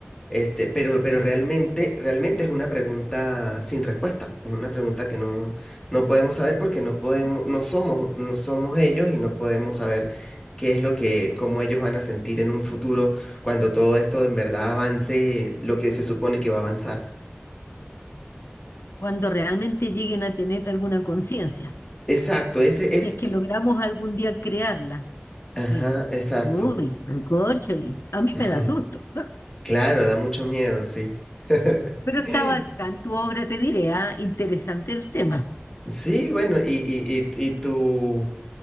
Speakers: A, on the left (about 15°); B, on the left (about 85°).
A: Este, pero, pero
B: claro.
A: realmente, realmente es una pregunta sin respuesta. Es una pregunta que no, no podemos saber porque no podemos,
B: sí.
A: no somos, no somos ellos y no podemos saber qué es lo que, cómo ellos van a sentir en un futuro cuando todo esto en verdad avance lo que se supone que va a avanzar.
B: Cuando realmente lleguen a tener alguna conciencia.
A: Exacto, ese
B: Si
A: es.
B: es que logramos algún día crearla,
A: Ajá,
B: sí.
A: exacto.
B: Uy, recorcholi. A mí
A: Ujú.
B: me da susto. <laughs>
A: Claro, da mucho miedo, sí. <laughs>
B: Pero está bacán tu obra, te diré, ah, Interesante el tema.
A: Sí, bueno, y, y, y, y tu